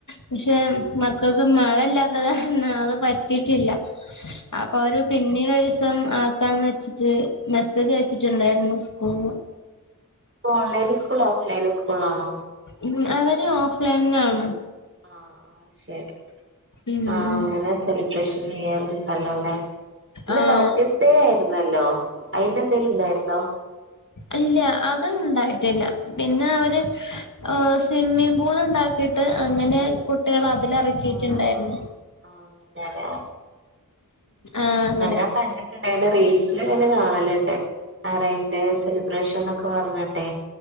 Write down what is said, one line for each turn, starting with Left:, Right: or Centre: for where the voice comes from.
Left: പക്ഷേ മക്കൾക്ക് മഴയില്ലാത്ത കാരണംഅത് പറ്റിട്ടില്ല അപ്പൊ ഒരു പിന്നീടൊരിസം ആക്കാന്ന് വെച്ചിട്ട് മെസ്സേജ് അയച്ചിട്ടുണ്ടായിരുന്നു സ്കൂൾന്ന്.
Right: ഇപ്പ ഓൺലൈൻ സ്കൂള് ഓഫ് ലൈൻ സ്കൂളാണോ
Left: ഇം അവര് ഓഫ്‌ലൈൻനാണ്.
Right: ആഹ് ശരി
Left: ഉം
Right: ആഹ്
Left: ഉം
Right: അങ്ങനെ സെലിബ്രേഷൻ ചെയർ ണ്ടല്ലോ ലെ. ന്ന്
Left: ആഹ്
Right: ഡോക്ടേസ് ഡേ ആയിരുന്നല്ലോ അയ്ന്റെന്തേലും ണ്ടായിര്ന്നോ?
Left: അല്ല അത് ണ്ടായിട്ടില്ല. പിന്നെ അവര് സ്വിമ്മിങ് പൂള് ഇണ്ടാക്കിട്ട് അങ്ങനെ കുട്ടികളെ അതിലറി റക്കീറ്റുണ്ടായിരുന്നു
Right: ആഹ് ആഹ്
Left: ആഹ് അങ്ങനെ
Right: അങ്ങന അത്ശെരി ഞാൻ കണ്ടിട്ട് <unintelligible> റീൽസിലൊക്കെ കാണലുണ്ട് ആറെന്റെ സെലിബ്രേഷൻന്നക്കെ പറഞ്ഞട്ടെ